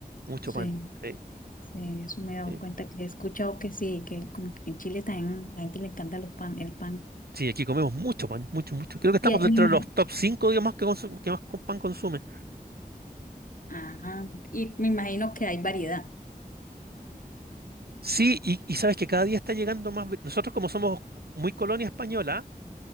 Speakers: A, on the right (about 85°); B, on the left (about 60°).
A: mucho
B: Sí.
A: pan. Sí,
B: Sí, eso me he dado
A: sí.
B: cuenta que he escuchado que sí, que como que en Chile también la gente le encanta los pan, el pan.
A: Sí, aquí comemos mucho pan, mucho, mucho. Creo que estamos
B: Y, eh,
A: dentro
B: me imagino,
A: de los top 5, digamos, que, consu- que más con pan consume.
B: ah, y me imagino que hay variedad.
A: Sí, y, y sabes que cada día está llegando más. ve- Nosotros como somos muy colonia española,